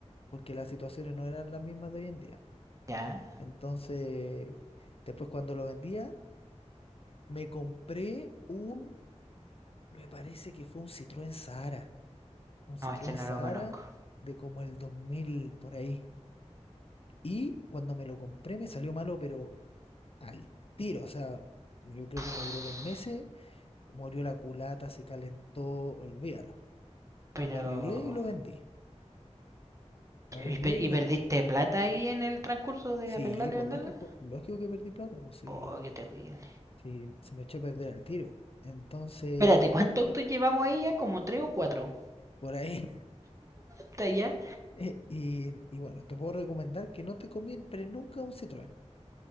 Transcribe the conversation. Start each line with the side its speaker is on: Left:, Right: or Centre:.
Left: Porque las situaciones no eran las mismas de hoy en día.
Right: ya.
Left: Entonces, después cuando lo vendía, me compré un, me parece que fue un Citroën Sahara. Un Citroën
Right: No, este no
Left: Sahara
Right: lo conozco.
Left: de como el 2000 por ahí. Y cuando me lo compré me salió malo, pero al tiro. O sea, yo creo
Right: <laughs>
Left: que me duró dos meses. Murió la culata, se calentó, olvídalo.
Right: Pero...
Left: Lo arreglé y lo vendí. Lo arreglé
Right: ¿Y, per-
Left: y
Right: y
Left: lo
Right: perdiste
Left: vendí.
Right: plata ahí en el transcurso de
Left: Sí,
Right: arreglarla
Left: pues
Right: y venderla?
Left: lógico, lógico que perdí plata, pues sí,
Right: Oh, qué terrible.
Left: sí, se me echó a perder el tiro. Entonces,
Right: Espérate, ¿cuántos
Left: yo quedé
Right: autos llevamos ahí ya? ¿Como tres o cuatro?
Left: por ahí.
Right: ¿Está ya?
Left: <laughs> eh, Y, y bueno, te puedo recomendar que no te compres nunca un Citroën.